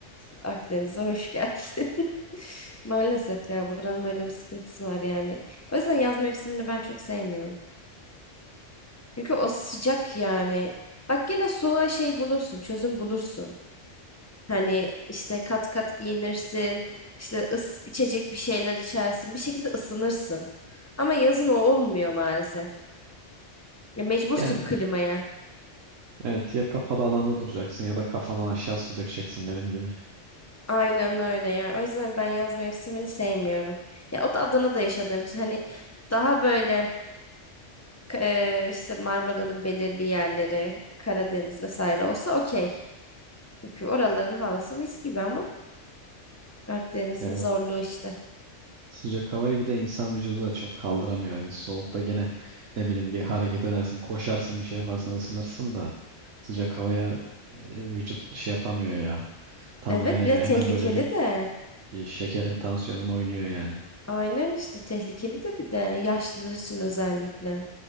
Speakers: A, on the left; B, on the right.
A: Akdeniz'e hoş geldin. <laughs> Maalesef ya buranın öyle bir sıkıntısı var yani. O yüzden yaz mevsimini ben çok sevmiyorum. Çünkü o sıcak yani. Bak gene soğuğa şey bulursun, çözüm bulursun. Hani işte kat kat giyinirsin, işte ıs içecek bir şeyler içersin, bir şekilde ısınırsın. Ama yazın o olmuyor maalesef. Ya mecbursun
B: Yani
A: klimaya.
B: evet ya kapalı alanda duracaksın ya da kafandan aşağı su dökeceksin benim gibi.
A: Aynen öyle ya. O yüzden ben yaz mevsimini sevmiyorum. Ya o da Adana'da yaşadığım için hani daha böyle K- eee, işte Marmara'nın belirli yerleri, Karadeniz vesaire olsa okey. Çünkü oraların havası mis gibi ama Akdeniz'in
B: Evet
A: zorluğu işte.
B: sıcak havayı bir de insan vücudu da çok kaldıramıyor. Yani soğukta gene ne bileyim bir hareket edersin koşarsın bir şey yaparsan ısınırsın da sıcak havaya e, vücut şey yapamıyor ya tahammül
A: Evet
B: edemiyor.
A: bir de tehlikeli
B: Hemen böyle bir
A: de.
B: E, Şekerin tansiyonun oynuyor yani.
A: Aynen işte tehlikeli de bir de yaşlılar için özellikle.